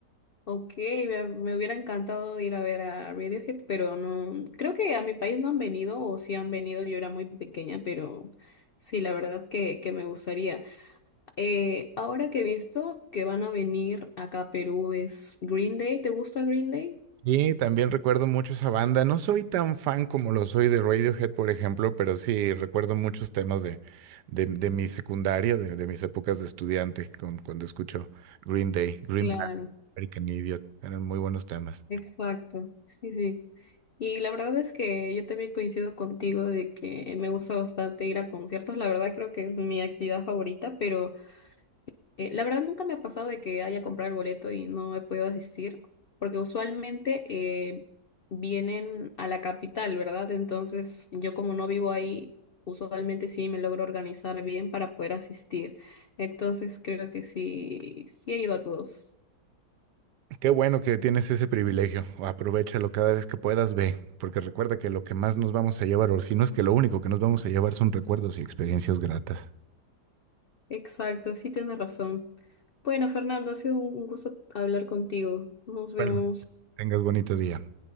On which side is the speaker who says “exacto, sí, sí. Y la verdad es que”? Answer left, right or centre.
Left